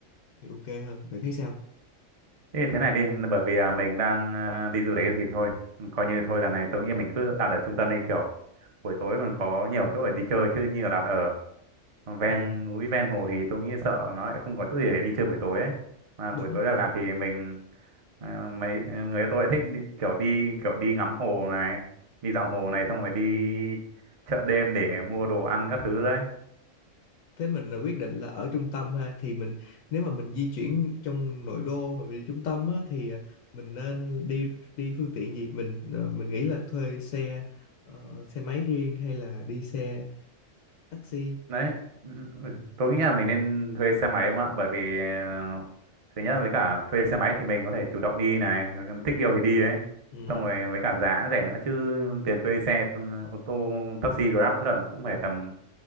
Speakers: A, on the left; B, on the right.
A: thì ok hơn bạn thấy sao
B: Thế thì thế này đi, bởi vì à, mình đang à, đi du lịch thì thôi, coi như thôi lần này tôi nghĩ mình cứ đặt ở trung tâm đi kiểu buổi tối còn có nhiều chỗ để đi chơi chứ như là đặt ở ven
A: ừ,
B: núi ven hồ thì tôi nghĩ sợ nó lại không có chỗ gì để đi chơi buổi tối ấy. Mà
A: đúng
B: buổi tối Đà Lạt thì mình à, mấy ờ, người tôi lại thích đi, kiểu đi kiểu đi ngắm hồ này, đi dạo hồ này xong rồi đi chợ đêm để mua đồ ăn các thứ đấy.
A: thế mình là quyết định là ở trung tâm ha thì mình nếu mà mình di chuyển trong nội đô mà mình đi trung tâm á thì ờ, mình nên đi đi phương tiện gì mình ờ, mình nghĩ là thuê xe ờ, xe máy riêng hay là đi xe taxi
B: đấy ừ, tôi nghĩ là mình nên thuê xe máy không ạ bởi vì ờ, thứ nhất với cả thuê xe máy thì mình có thể chủ động đi này thích điều thì đi ấy
A: ừ,
B: xong rồi với cả giá rẻ nữa chứ tiền thuê xe t- ô tô taxi Grab mỗi lần cũng phải tầm